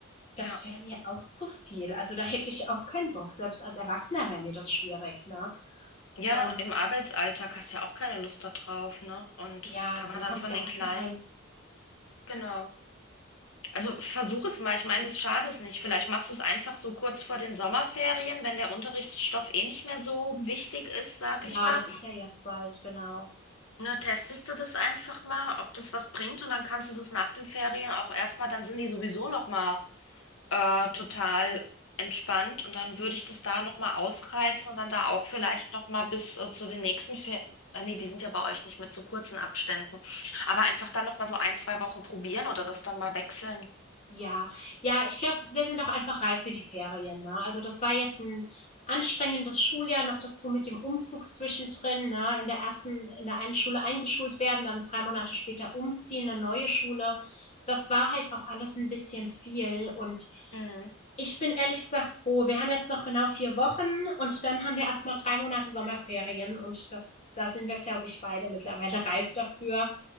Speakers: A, on the left; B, on the left.
A: Das
B: ja,
A: wäre mir auch zu viel. Also da hätte ich auch keinen Bock. Selbst als Erwachsener wäre mir das schwierig, ne?
B: ja,
A: Ähm,
B: im Arbeitsalltag hast du ja auch keine Lust da drauf, ne? Und
A: ja,
B: kann
A: dann
B: man dann
A: kommst
B: von
A: du ja
B: den
A: auch erstmal
B: Kleinen,
A: heim.
B: genau. Also versuch es mal, ich meine, das schadet es nicht. Vielleicht machst du es einfach so kurz vor den Sommerferien, wenn der Unterrichtsstoff eh nicht mehr so wichtig ist, sag
A: Ja,
B: ich mal.
A: das ist ja jetzt bald, genau.
B: Na, testest du das einfach mal, ob das was bringt und dann kannst du das nach den Ferien auch erstmal, dann sind die sowieso nochmal äh, total entspannt und dann würde ich das da nochmal ausreizen und dann da auch vielleicht nochmal bis äh, zu den nächsten Ferien, äh, nee, die sind ja bei euch nicht mit so kurzen Abständen, aber einfach dann nochmal so ein, zwei Wochen probieren oder das dann mal wechseln.
A: Ja, ja, ich glaube, wir sind auch einfach reif für die Ferien, ne? Also das war jetzt ein anstrengendes Schuljahr noch dazu mit dem Umzug zwischendrin, ne? In der ersten, in der einen Schule eingeschult werden, dann drei Monate später umziehen, eine neue Schule. Das war halt auch alles ein bisschen viel und
B: Mhm.
A: ich bin ehrlich gesagt froh. Wir haben jetzt noch genau vier Wochen und dann haben wir erstmal drei Monate Sommerferien und das, da sind wir, glaube ich, beide mittlerweile reif dafür.